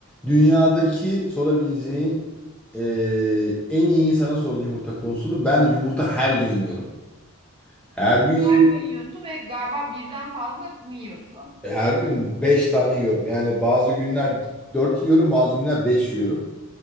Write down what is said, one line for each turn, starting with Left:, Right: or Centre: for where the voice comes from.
Centre: dünyadaki sorabileceğin eee, en iyi insana sorduğun yumurta konusunu ben yumurta her gün yiyorum. Her gün yiyorum.
Right: Her gün yiyorsun ve galiba birden fazla mı yiyorsun?
Centre: Her gün 5 tane yiyorum. Yani bazı günler 4 yiyorum, bazı günler 5 yiyorum.